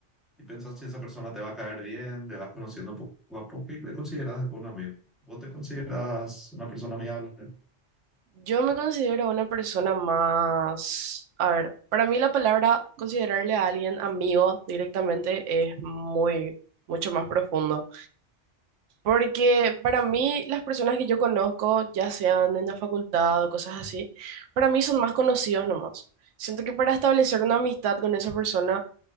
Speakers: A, in the centre; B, on the right (about 85°).
A: y pensás si esa persona te va a caer bien, te vas conociendo poco a poco y te consideras después un amigo. ¿Vos te consideras una persona amigable?
B: Yo me considero una persona más, a ver, para mí la palabra considerarle a alguien amigo directamente es muy, mucho más profundo, porque para
A: Sí,
B: mí las personas que yo conozco, ya sean en la facultad o cosas así, para mí son más conocidos nomás. Siento que para establecer una amistad con esa persona